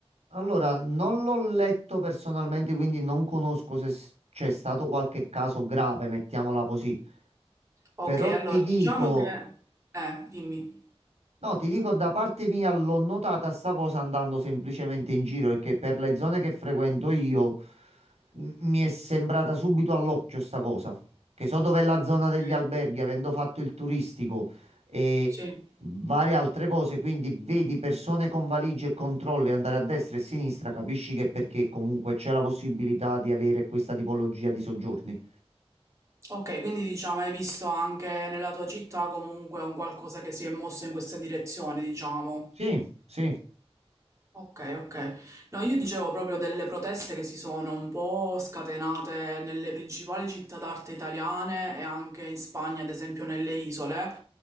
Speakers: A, on the right; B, on the right.
A: Allora, non l'ho letto personalmente, quindi non conosco se s- c'è stato qualche caso grave, mettiamola così.
B: Ok,
A: Però
B: allora
A: ti dico,
B: diciamo che... Eh, dimmi.
A: No, ti dico, da parte mia l'ho notata sta cosa andando semplicemente in giro, perché per le zone che frequento io m- mi è sembrata subito all'occhio sta cosa, che so dov'è la zona degli
B: Sì.
A: alberghi, avendo fatto il turistico e
B: Sì.
A: varie altre cose, quindi vedi persone con valigie e controlli andare a destra e a sinistra, capisci che è perché comunque c'è la possibilità di avere questa tipologia di soggiorni.
B: Ok, quindi diciamo hai visto anche nella tua città comunque un qualcosa che si è mosso in questa direzione, diciamo.
A: Sì, sì.
B: Ok, ok. No, io dicevo proprio delle proteste che si sono un po' scatenate nelle principali città d'arte italiane e anche in Spagna, ad esempio nelle isole.